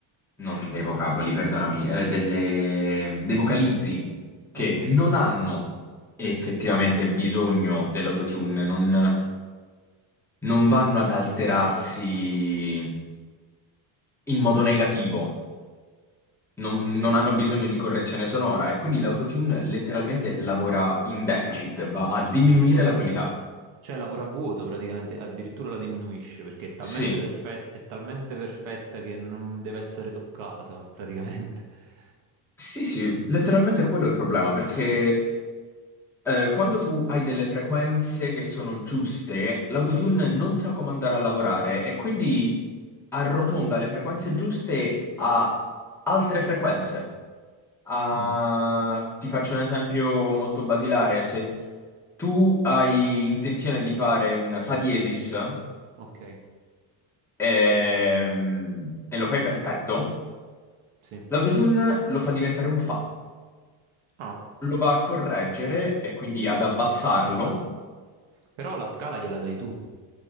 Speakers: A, in the centre; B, on the right.
A: non dei vocaboli, perdonami, eh, delle- dei vocalizzi che
B: ok,
A: non hanno effettivamente bisogno dell'autotune, non, non vanno ad alterarsi in modo negativo. Non,
B: ok.
A: non hanno bisogno di correzione sonora e quindi l'autotune letteralmente lavora in deficit,
B: Ah,
A: va a
B: c-
A: diminuire
B: c-
A: la qualità.
B: cioè lavora a vuoto praticamente, addirittura la diminuisce perché è talmente
A: Sì.
B: perfetta, è talmente perfetta che non deve essere toccata praticamente. <laughs>
A: Sì, sì, letteralmente quello è il problema, perché eh, quando tu hai delle frequenze che sono giuste, l'autotune non sa come andare a lavorare e quindi arrotonda le frequenze giuste a altre frequenze. A-
B: Mm,
A: Ti faccio un esempio molto basilare, se tu hai intenzione di fare un fa diesis
B: ok,
A: ehm, e lo fai perfetto,
B: sì.
A: l'autotune lo fa diventare un fa.
B: Ah,
A: Lo va a correggere e quindi ad abbassarlo.
B: però la scala gliela dai tu.